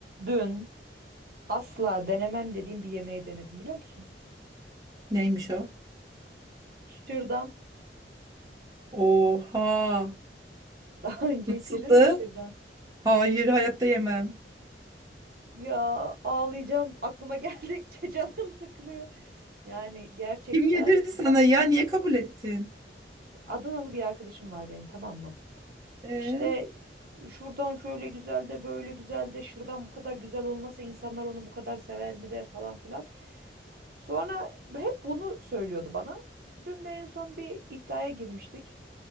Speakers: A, on the right; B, on the right.
A: Dün asla denemem dediğim bir yemeği denedim biliyor musun?
B: Neymiş o?
A: Şırdan.
B: Oha.
A: <laughs> Daha önce
B: Nasıldı?
A: hiç yedin mi şırdan?
B: Hayır, hayatta yemem.
A: Ya ağlayacağım. Aklıma geldikçe <laughs> canım sıkılıyor. Yani gerçekten
B: Kim yedirdi sana ya? Niye kabul ettin?
A: Adanalı bir arkadaşım var benim tamam mı?
B: Ee,
A: İşte şuradan şöyle güzel de böyle güzel de şırdan bu kadar güzel olmasa insanlar onu bu kadar sever mi de falan filan. Sonra hep bunu söylüyordu bana. Dün de en son bir iddiaya girmiştik.